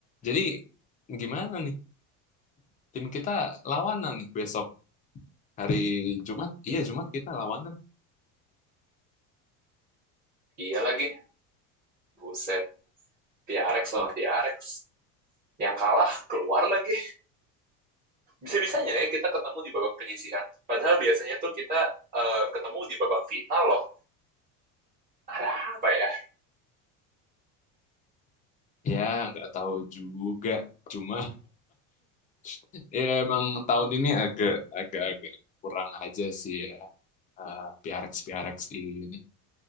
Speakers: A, on the left; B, on the right.
A: Jadi gimana nih? Tim kita lawanan nih besok hari Jumat. Iya Jumat kita lawanan.
B: Iya lagi, buset, Piarex sama Piarex. Yang kalah keluar lagi. Bisa-bisanya ya kita ketemu di babak penyisihan. Padahal biasanya tuh kita eh, ketemu di babak final loh. Ada apa ya?
A: Ya nggak tahu juga. Cuma <laughs> ya emang tahun ini agak agak agak kurang aja sih ya. Eh PRX PRX ini